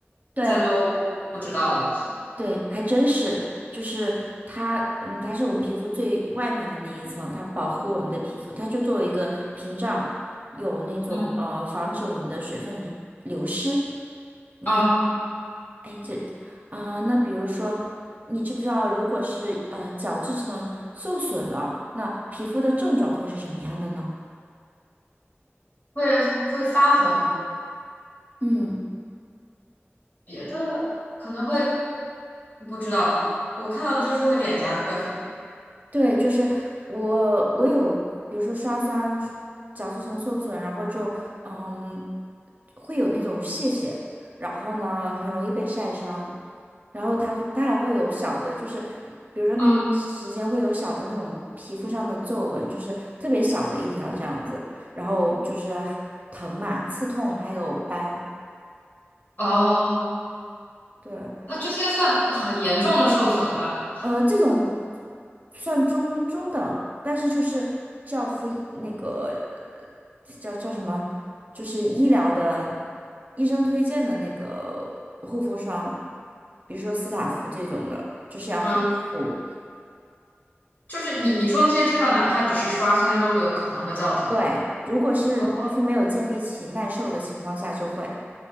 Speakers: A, on the right; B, on the left.
A: 对，
B: 再多我不知道了。
A: 对，还真是，就是它，嗯，它是我们皮肤最外面的那一层，它保护我们的皮肤，它就作为一个屏障，有那种呃防止我们的水分流失。
B: 嗯
A: 你看，
B: 啊，
A: 哎，这，啊、那比如说，你知不知道，如果是呃角质层受损了，那皮肤的症状会是什么样的呢？
B: 会会发红，
A: 嗯，
B: 别的可能会不知道。我看到的就是会脸颊特别红。
A: 对，就是我，我有，比如说刷酸角质层受损，然后就。嗯，会有那种屑屑，然后呢，很容易被晒伤，然后它它还会有小的，就是比如说那段时间会有小的那种皮肤上的皱纹，
B: 嗯，
A: 就是特别小的一条这样子，然后就是疼嘛、刺痛，还有斑。
B: 哦，
A: 对，
B: 那这些算很严重的受损了吧？
A: 呃，这种算中中等，但是就是教敷那个叫叫什么，就是医疗的医生推荐的那个护肤霜。比如说斯塔芙这种的，就是要厚敷。
B: 嗯，就是你你说那些症状，哪怕只是刷酸都有可能会造成
A: 对，如果是皮肤没有建立起耐受的情况下，
B: 哦，
A: 就会，